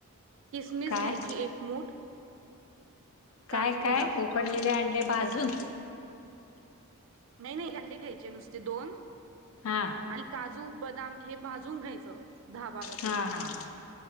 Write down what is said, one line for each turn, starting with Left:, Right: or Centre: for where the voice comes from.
Right: किसमिस
Left: काय
Right: घ्यायची एक मूठ काजू
Left: काय
Right: बदाम
Left: काय उकडलेले अंडे भाजून
Right: नाही नाही अंडे घ्यायचे नुसते दोन
Left: हा
Right: आणि काजू ब बदाम हे भाजून घ्यायचं दहा बारा
Left: हा
Right: तरी
Left: हा हा